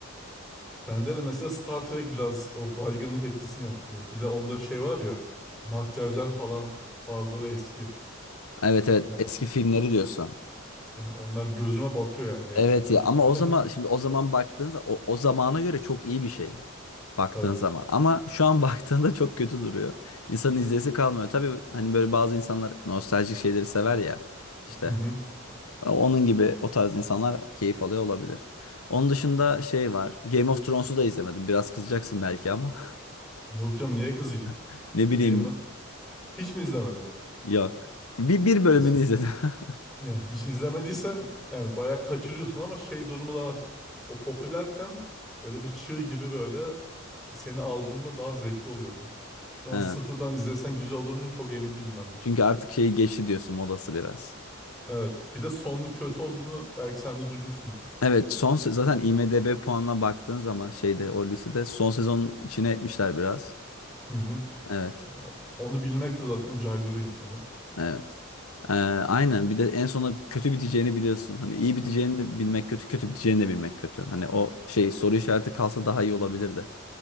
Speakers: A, in the centre; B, on the left.
A: Bende de mesela Star Trek biraz o baygınlık etkisini yaratıyor. Bir de onda şey var ya makyajlar falan bazıları eski.
B: Evet evet
A: Onlar,
B: eski filmleri
A: oh,
B: diyorsun.
A: <laughs> onlar gözüme batıyor yani gerçekten.
B: Evet ya ama
A: <laughs>
B: o zaman şimdi o zaman baktığınızda o, o zamana göre çok iyi bir şey baktığın
A: Tabii.
B: zaman ama şu an <laughs> baktığında çok kötü duruyor. İnsanın izleyesi kalmıyor. Tabii hani böyle bazı insanlar nostaljik şeyleri sever ya işte
A: Hı hı.
B: onun gibi o tarz insanlar keyif alıyor olabilir. Onun dışında şey var Game of Thrones'u da izlemedim biraz kızacaksın belki ama
A: Yok canım niye kızayım?
B: <laughs> ne
A: Game
B: bileyim
A: of... Hiç mi izlemedin?
B: yok bir, bir bölümünü
A: Hiç,
B: izledim. <laughs>
A: ya hiç izlemediysen yani bayağı kaçırıyorsun ama şey durumu da var. O popülerken böyle bir çığ gibi böyle işte seni aldığında daha zevkli oluyordu. Şu an
B: Ha,
A: sıfırdan izlesen güzel olur mu çok emin değilim ben de.
B: Çünkü artık şeyi geçti diyorsun modası biraz.
A: Evet. Bir de sonun kötü olduğunu belki sen de duymuşsundur.
B: Evet son se- zaten IMDb puanına baktığın zaman şeyde o listede son sezonun içine etmişler biraz.
A: Hı hı.
B: Evet.
A: Yani onu bilmek de zaten caydırıyor insanı.
B: Evet. Ee, aynen bir de en sona kötü biteceğini biliyorsun. Hani iyi biteceğini de bilmek kötü, kötü biteceğini de bilmek kötü. Hani o şey soru işareti kalsa daha iyi olabilirdi.